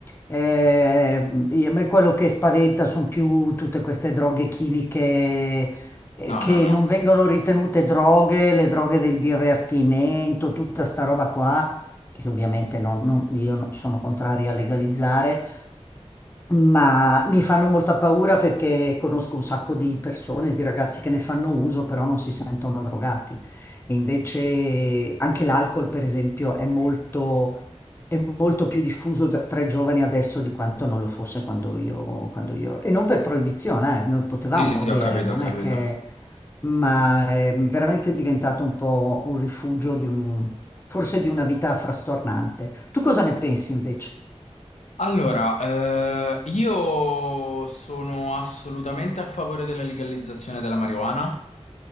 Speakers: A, on the left; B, on the left.
A: Eh, a me quello che spaventa sono più tutte queste droghe chimiche eh,
B: No,
A: che
B: no, no.
A: non vengono ritenute droghe, le droghe del divertimento, tutta sta roba qua, che ovviamente non- non- io non- sono contraria a legalizzare, ma mi fanno molta paura perché conosco un sacco di persone, di ragazzi che ne fanno uso, però non si sentono drogati. E invece anche l'alcol, per esempio, è molto, è molto più diffuso da- tra i giovani adesso di quanto non lo fosse quando io, quando io... E non per proibizione, eh, noi potevamo
B: Sì, sì, sì,
A: bere,
B: ho capito,
A: non
B: ho capito.
A: è che... Ma è veramente diventato un po' un rifugio di un... forse di una vita frastornante. Tu cosa ne pensi invece?
B: Allora, eh, io sono assolutamente a favore della legalizzazione della marijuana.